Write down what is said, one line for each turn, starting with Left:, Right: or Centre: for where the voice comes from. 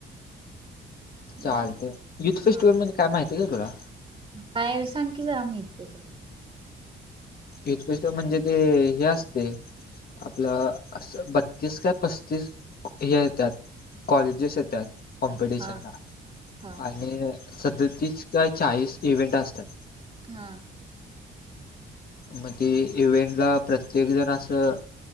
Left: चालत
Right: अ
Left: युथ फेस्टिवल
Right: हा
Left: म्हणजे काय माहिती आहे का तुला?
Right: काय सांग की जरा माहित त्याच्याबद्दल
Left: यथपैस <unintelligible> म्हणजे ते हे असते. आपलं अस बत्तीस काय पस्तीस हे येतात कॉलेजेस येत. कॉम्पिटिशन
Right: हा
Left: ला
Right: हा
Left: आणि सध्या तीस काय चाळीस इव्हेंट असतात.
Right: हा.
Left: मग ते इव्हेंटला प्रत्येक जण असं